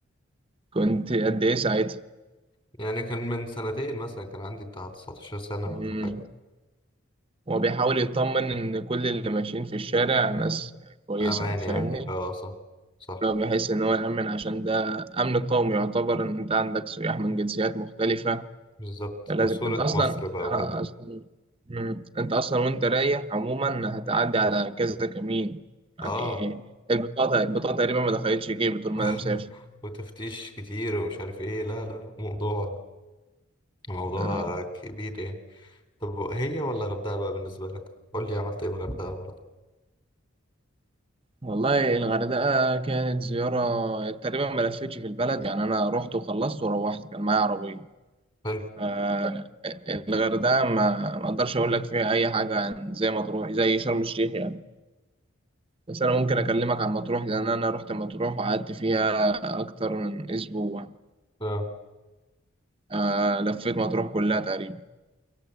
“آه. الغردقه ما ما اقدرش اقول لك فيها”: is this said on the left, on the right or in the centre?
Right